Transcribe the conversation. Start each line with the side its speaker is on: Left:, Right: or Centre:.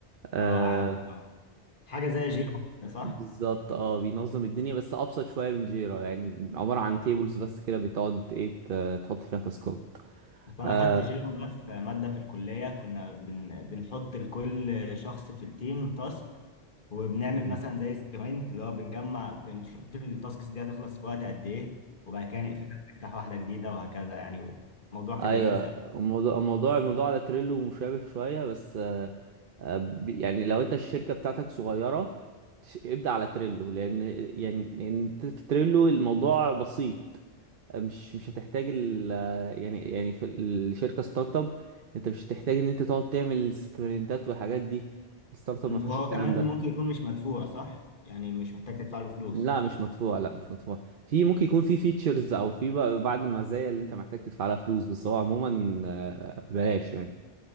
Right: آه
Left: اه عارف آه. حاجة زي جيم صح؟
Right: وبالظبط اه بينظم الدنيا بس ابسط شويه من جيرا يعني عباره عن تيبلز بس كده بتقعد ايه ت- تحط فيها تاسكات
Left: وانا
Right: اه
Left: خدت جيو ده في ماده في الكليه كنا بن... بنحط لكل شخص في التيم تاسك وبنعمل
Right: مم.
Left: مثلا زي سبرنت اللي هو بنجمع بنشوف التاسكس دي هتخلص في وقت قد ايه وبعد كده نقفلها نفتح واحده جديده وهكذا يعني الموضوع كان
Right: ايوه
Left: لذيذ قوي
Right: الموضوع الموضوع الموضوع على تريلو مشابه شويه بس آه، آه، ب- يعني لو انت الشركه بتاعتك صغيره تش- ابدا على تريلو لان يعني لان في تريلو الموضوع بسيط آه، مش مش هتحتاج ال آه، يعني يعني في الشركه ستارت اب انت مش هتحتاج ان انت تقعد تعمل سبرنتات والحاجات دي الستارت اب
Left: مم.
Right: ما فيهاش
Left: وهو
Right: الكلام
Left: كمان
Right: ده
Left: ممكن يكون مش مدفوع صح يعني مش محتاج تدفع له فلوس
Right: لا مش مدفوع لا مش مدفوع في ممكن يكون في فيتشرز او في بقى بعض المزايا اللي انت محتاج تدفع لها فلوس بس هو عموما آه، بلاش يعني